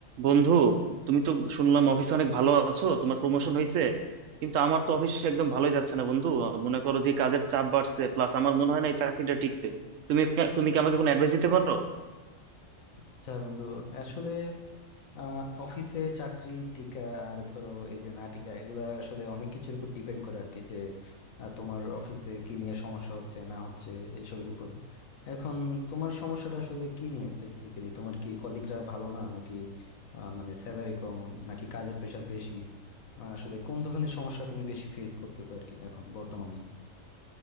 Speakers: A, on the right; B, on the left.
A: বন্ধু তুমি তো শুনলাম অফিসে অনেক ভালো আছো তোমার প্রমোশন হয়েছে কিন্তু আমার তো অফিসে একদম ভালোই যাচ্ছে না বন্ধু আহ, মনে করো যে কাজের চাপ বাড়ছে প্লাস আমার মনে হয় না এই চাকরিটা টিকবে তুমি তুমি কি আমাকে কোনো অ্যাডভাইস দিতে পারো
B: আচ্ছা বন্ধু আসলে আহ অফিসে চাকরি টিকা আর ধরো এই যে না টিকা এগুলা আসলে অনেক কিছুর উপর ডিপেন্ড করে আর কি যে আহ, তোমার অফিসে কি নিয়ে সমস্যা হচ্ছে না হচ্ছে এইসবের উপর এখন তোমার সমস্যাটা আসলে কি নিয়ে স্পেসিফিক্যালি তোমার কি কলিগরা ভালো না নাকি আহ, মানে স্যালারি কম নাকি কাজের প্রেশার বেশি আহ, আসলে কোন ধরনের সমস্যা তুমি বেশি ফেস করতেছো আর কি এখন বর্তমানে